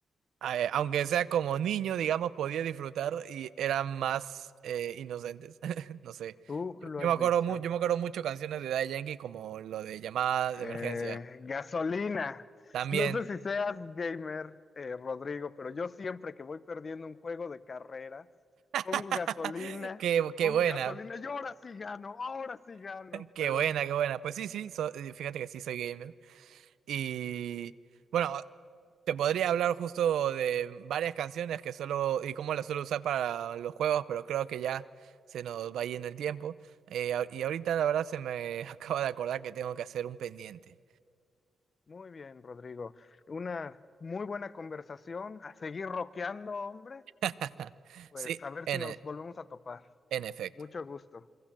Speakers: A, on the right (about 85°); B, on the left (about 45°).
A: eh, aunque sea como niño, digamos, podía disfrutar y eran más eh, inocentes. <laughs> No sé.
B: tú
A: Yo,
B: lo
A: yo
B: has
A: me acuerdo
B: dicho.
A: mu- yo me acuerdo mucho canciones de Daddy Yankee como lo de llamada de
B: Eh,
A: emergencia.
B: gasolina.
A: También.
B: No sé si seas gamer, eh, Rodrigo, pero yo siempre que voy perdiendo un juego de carreras, pongo
A: <laughs>
B: gasolina,
A: Qué, qué
B: pongo
A: buena,
B: gasolina y ahora sí gano, ahora sí gano.
A: qué
B: Pero
A: buena, qué buena. Pues sí, sí, so- eh, fíjate que sí soy gamer. Y bueno, Te podría hablar justo de varias canciones que solo y cómo las suelo usar para los juegos, pero creo que ya se nos va yendo el tiempo. Eh, a- y ahorita la verdad se me <laughs> acaba de acordar que tengo que hacer un pendiente.
B: muy bien, Rodrigo. Una muy buena conversación. A seguir roqueando, hombre.
A: <laughs>
B: Pues
A: Sí,
B: a ver
A: en,
B: si nos
A: e-
B: volvemos a topar.
A: en efecto.
B: Mucho gusto.